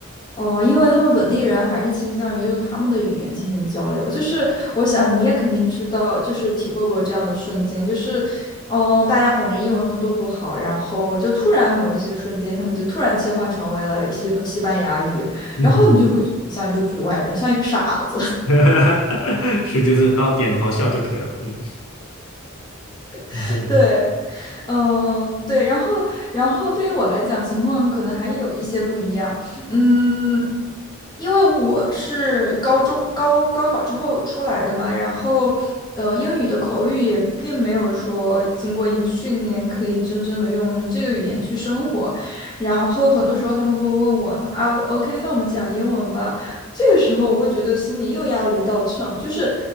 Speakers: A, on the left; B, on the left.
A: 哦，因为他们本地人还是倾向于用他们的语言进行交流。就是我想你也肯定知道，就是体会过这样的瞬间，就是，嗯，大家反正英文都不好，然后就突然某一些瞬间，他们就突然切换成为了一些西班牙语，
B: 嗯
A: 然后你就会觉得你像一个局外人，像一个傻子。
B: 哼，<laughs> 是就是哦，点头笑就可以了。嗯。<laughs>
A: <laughs> 对，嗯，对，然后，然后对于我来讲，情况可能还有一些不一样。嗯，因为我是高中高高考之后出来的嘛，然后，呃，英语的口语也并没有说经过一个训练可以真正的用这个语言去生活。然后很多时候他们会问我，啊，OK，那我们讲英文吧。这个时候我会觉得心里又压了一道秤，就是，